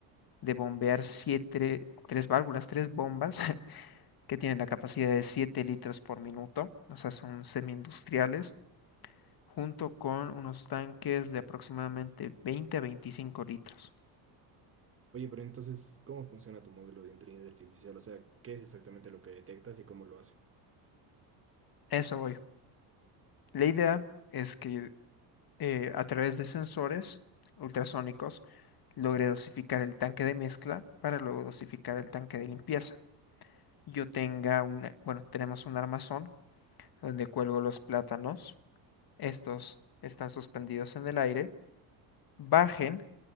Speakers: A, on the left (about 45°); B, on the right (about 25°).
A: de bombear siete, tres válvulas, tres bombas <laughs> que tienen la capacidad de 7 litros por minuto, o sea, son semi industriales, junto con unos tanques de aproximadamente 20 a 25 litros.
B: Oye, pero entonces, ¿cómo funciona tu modelo de inteligencia artificial? O sea, ¿qué es exactamente lo que detectas y cómo lo hace?
A: Eso voy. La idea es que eh, a través de sensores ultrasónicos logre dosificar el tanque de mezcla para luego dosificar el tanque de limpieza. Yo tenga un, bueno, tenemos un armazón donde cuelgo los plátanos. Estos están suspendidos en el aire, bajen